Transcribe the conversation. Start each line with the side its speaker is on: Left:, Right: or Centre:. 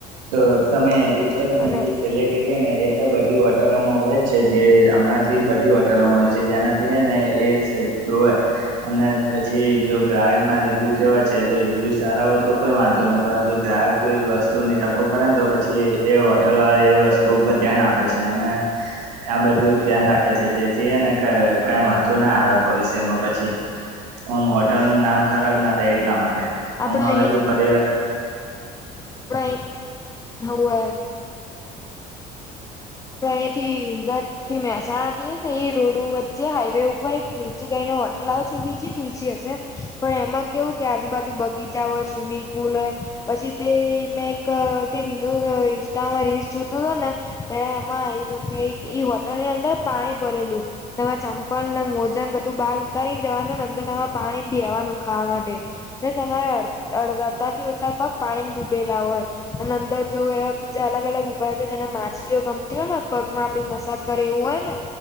Right: તો તમે એ તો તમે
Left: અને
Right: જે છેલ્લે કીધું ને બધી હોટલોમાં હોય છે જે હમણાં થી બધી હોટલોમાં હોય જેનાથી ને એ જોવે અને પછી જો ગ્રાહક ના રિવ્યુ કેવા છે જો રિવ્યુ સારા હોય તો કોઈ વાંધો નહીં પરંતુ ગ્રાહક કોઈ વસ્તુ ની ટકો કરે ને તો પછી એ હોટલ એ વસ્તુ ઉપર ધ્યાન આપે છે અને આ બધું
Left: હમ
Right: ધ્યાન રાખે છે જેથી એને કઈ વાંધો ના આવે ભવિષ્યમાં પછી ઓમ હોટલ નું નામ ખરાબ ના થાય એટલા માટે હમ
Left: આપડા
Right: હવે જો પરિવાર
Left: આપ હવે <unintelligible> આપડે અહીયાં થી ઊંઝા થી મહેસાણાથીએ એ રોડો વચ્ચે હાઈવે ઉપર એક તુલસી ગાઈ હોટલાઓ થી બીજી તુલસી હશે પણ એમાં કેવું કે આજુબાજુ બગીચા હોય સ્વિમિંગ પુલ હોય પછી તે મેં એક કક ન્યૂઝ ઇન્સ્ટામાં રીસ જોતો હતો ને ત્યારે એમાં આવ્યું હતું કે હોટલ ની અંદર પાણી ભરેલું તેમાં ચંપલ અને મોજન બધું બહાર ઉતારી જવાનુંંતર તમારે પાણી બેસવાનું ખાવા માટે તમારેડડ થી ઓછા પગ પાણી ડૂબેલા હોય અને અંદર જો એવા બીજા અલગ અલગ વિભાગ છે જેને મા ગમતી હોય ને પગમાં આપડી મસાજ કરે એવું હોય ને